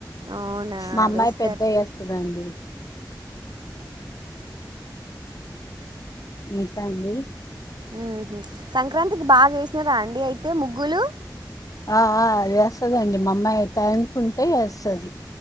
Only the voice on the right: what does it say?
అవునా!
వేస్తారు
ఉమ్ హు, సంక్రాంతికి బాగ ఏసిన్రా అండి అయితే ముగ్గులు